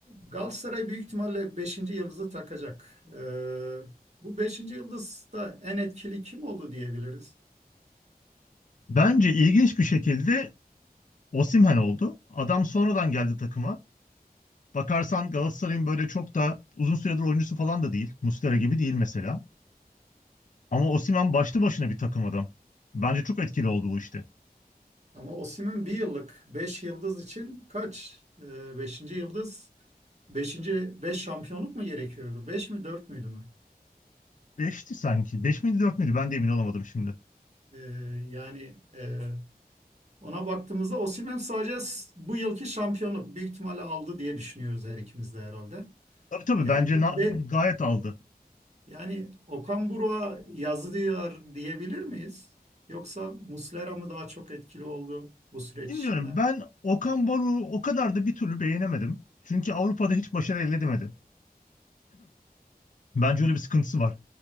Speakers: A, on the right; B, on the left.
A: Galatasaray büyük ihtimalle beşinci yıldızı takacak. Ee, bu beşinci yıldız da en etkili kim oldu diyebiliriz.
B: Bence ilginç bir şekilde Osimhen oldu. Adam sonradan geldi takıma. Bakarsan Galatasaray'ın böyle çok da uzun süredir oyuncusu falan da değil. Muslera gibi değil mesela. Ama Osimhen başlı başına bir takım adam. Bence çok etkili oldu bu işte.
A: Ama Osimhen bir yıllık 5 yıldız için kaç? Ee, beşinci yıldız beşinci 5 şampiyonluk mu gerekiyordu? 5 mi 4 müydü mü?
B: Beşti sanki. Beş miydi dört müydü? Ben de emin olamadım şimdi.
A: Ee, yani e, ona baktığımızda Osimhen sadece s- bu yılki şampiyonluk büyük ihtimalle aldı diye düşünüyoruz her ikimiz de herhalde.
B: Tabii tabii
A: Yani
B: bence
A: bu
B: na-
A: be,
B: gayet aldı.
A: Yani Okan Buruk'a yazılıyor diyebilir miyiz? Yoksa Muslera mı daha çok etkili oldu bu süreç
B: Bilmiyorum
A: içinde?
B: ben Okan Baruk'u o kadar da bir türlü beğenemedim. Çünkü Avrupa'da hiç başarı elde edemedi. Bence öyle bir sıkıntısı var.